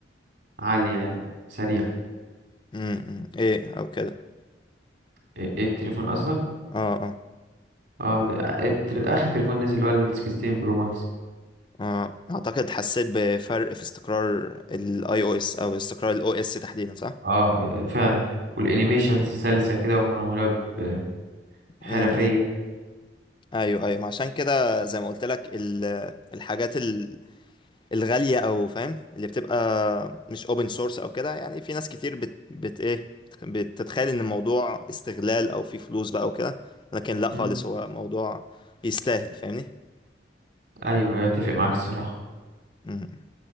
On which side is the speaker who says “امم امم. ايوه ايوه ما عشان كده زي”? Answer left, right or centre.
Left